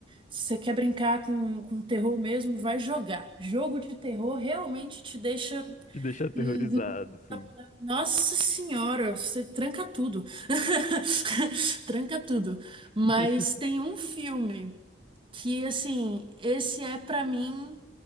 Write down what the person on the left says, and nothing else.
Te deixa aterrorizado,
assim.
<laughs>